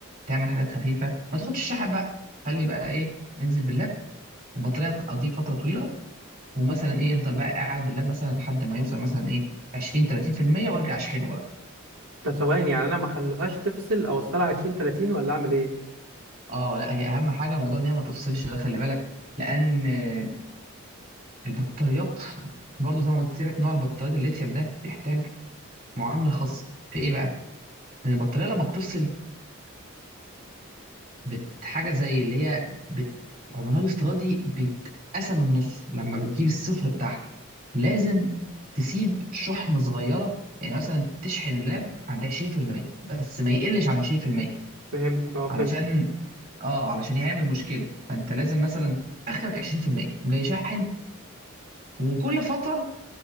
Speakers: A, on the right; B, on the right.
A: تعمل حاجات خفيفه ما تاخدش الشحن بقى خلي بقى ايه انزل باللاب البطاريه تقضيك فتره طويله ومثلا ايه افضل بقى قاعد باللاب مثلا لحد ما يوصل مثلا ايه 20 30% وارجع اشحنه بقى
B: طب ثواني يعني انا ما اخليهاش تفصل او اوصلها 20 30 ولا اعمل ايه
A: اه لا هي اهم حاجه موضوع ان هي ما تفصلش ده خلي بالك لان آه، البطاريات <laughs> برضو زي ما قلت لك نوع البطاريات الليثيوم ده بيحتاج معامله خاصه في ايه بقى؟ ان البطاريه لما بتفصل بت حاجة زي اللي هي بت عمرها الافتراضي بيتقسم النص لما بتجيب الصفر بتاعها لازم تسيب شحنة صغيرة يعني مثلا تشحن اللاب عند 20% بس ما يقلش عن 20%
B: فهمتك اه فهمتك
A: علشان اه علشان يعمل مشكلة فانت لازم مثلا اخرك 20% جاي شاحن وكل فترة